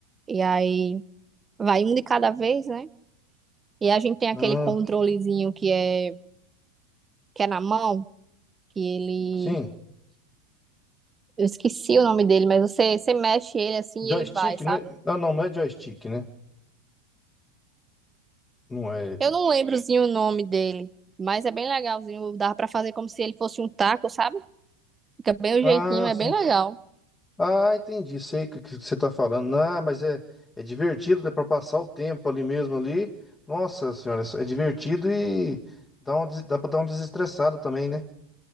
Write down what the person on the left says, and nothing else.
Ah,
sim.
Joystick,
não é? Ah, não, não é joystick, né? Não é.
né?
Ah,
sim.
Ah, entendi. Sei o que que você tá falando. Ah, mas é, é divertido, é pra passar o tempo ali mesmo ali. Nossa senhora, é divertido e dá, uma, des- dá pra dar uma desestressada também, né?